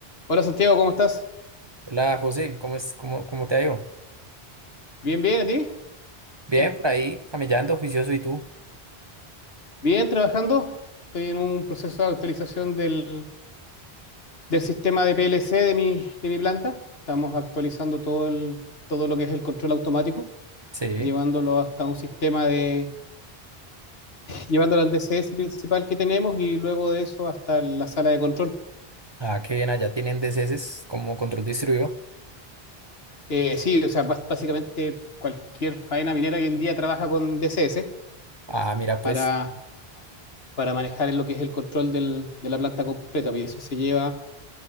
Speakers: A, on the left; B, on the right.
A: Hola Santiago, ¿cómo estás?
B: Hola José, ¿cómo es, cómo, cómo te ha ido?
A: Bien, bien, ¿a ti?
B: Bien,
A: ¿Qué hay?
B: por ahí camellando, oficioso, ¿y tú?
A: Bien, trabajando. Estoy en un proceso de actualización del, del sistema de PLC de mi, de mi planta. Estamos actualizando todo el, todo lo que es el control automático,
B: Sí.
A: llevándolo hasta un sistema de, llevándolo al DCS principal que tenemos y luego de eso hasta la sala de control.
B: Ah, qué bien, allá tienen DCS como control distribuido.
A: Eh, sí, o sea, bas- básicamente cualquier faena minera hoy en día trabaja con DCS
B: Ah, mira, pues,
A: para, para manejar lo que es el control del- de la planta completa, y eso se lleva